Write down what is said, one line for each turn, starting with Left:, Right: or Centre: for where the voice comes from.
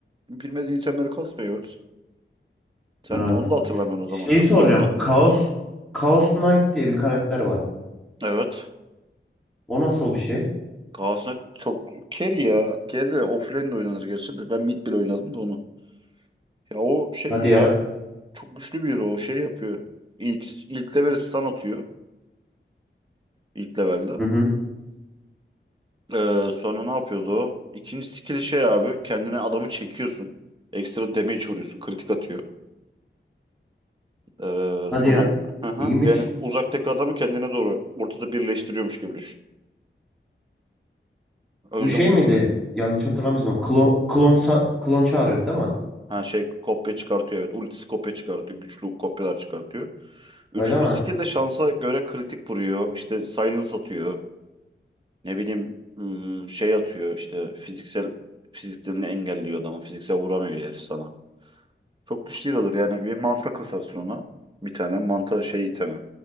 Right: bilmediğin itemleri kasmayı ver. Sen
Centre: Evet.
Right: hiç onu da hatırlamıyorsun o
Centre: Şeyi
Right: zaman. Çok
Centre: soracağım.
Right: da ondan.
Centre: Chaos Chaos Knight diye bir karakter var.
Right: Evet.
Centre: O nasıl bir şey?
Right: Galatasaray çok carry ya. Carry de offlane de oynanır gerçi de. Ben mid bile oynadım da onu. Ya o şey
Centre: Hadi
Right: ya
Centre: ya.
Right: çok güçlü bir hero. O şey yapıyor. İlk, ilk level'e stun atıyor. İlk levelde.
Centre: Hı hı.
Right: Ee, sonra ne yapıyordu o? İkinci skill'i şey abi. Kendine adamı çekiyorsun. Ekstra damage vuruyorsun. Kritik atıyor. Ee,
Centre: Hadi
Right: sonra
Centre: ya.
Right: hı hı,
Centre: İyiymiş.
Right: yani uzaktaki adamı kendine doğru ortada birleştiriyormuş gibi düşün. O
Centre: Bu
Right: yüzden
Centre: şey
Right: u-
Centre: miydi? Yanlış hatırlamıyorsun. Klon klon sa- klon çağırıyordu değil mi?
Right: ha, şey kopya çıkartıyor evet. Ultisi kopya çıkartıyor. Güçlü kopyalar çıkartıyor. Üçüncü
Centre: Öyle mi?
Right: skill de şansa göre kritik vuruyor. İşte silence atıyor. Ne bileyim hmm, şey atıyor işte fiziksel fiziklerini engelliyor adamı. Fiziksel vuramıyor herif sana. Çok güçlü olur yani bir manta kasarsın ona. Bir tane manta şey itemi.